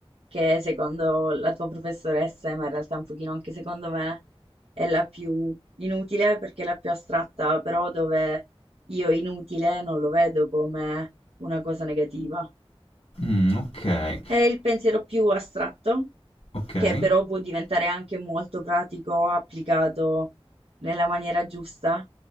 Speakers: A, on the right; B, on the left.
A: che secondo la tua professoressa, ma in realtà un pochino anche secondo me, è la più inutile perché è la più astratta, però dove io inutile non lo vedo come una cosa negativa.
B: Mm, ok,
A: È il pensiero più astratto,
B: Ok.
A: che però può diventare anche molto pratico applicato nella maniera giusta,